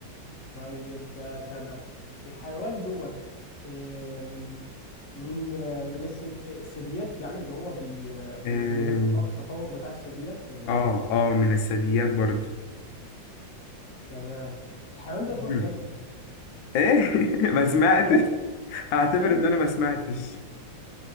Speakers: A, on the left; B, on the left.
A: طيب آه، تمام الحيوان دوت آم، من آه، من الثدي- الثدييات يعني اللي هو بي آه، بي-
B: آه
A: من التط- التطور بتاع الثدييات ولا
B: اه
A: ايه؟
B: اه من الثدييات برضو
A: تمام الحيوان دوت
B: مم.
A: هو الكلب
B: ايه <laughs> ما سمعتش
A: الكلب
B: هعتبر
A: الكلب
B: ان انا ما سمعتش